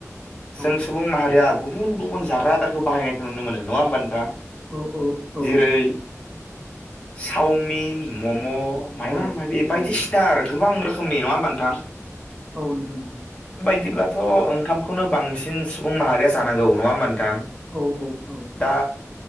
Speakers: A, in the centre; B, on the left (about 25°).
A: औ
B: जों सुबुं माहारिया गुबुन गुबुन जाग्रा आदारखौ बाहायनायखौ नुनो मोन नङा होमबा नोंथां
A: औ औ औ
B: जेरै
A: नोंथां
B: चावमिन मम' माबा
A: औ
B: माबि बायदिसिना
A: औ
B: आरो गोबां रोखोम- खोमनि नङाहोनबा नोंथां
A: औ नोंथां
B: बिदिब्लाथ' ओंखामखौनो बांसिन सुबुं माहारिया जानांगौ नङा होनबा नोंथां
A: औ औ
B: दा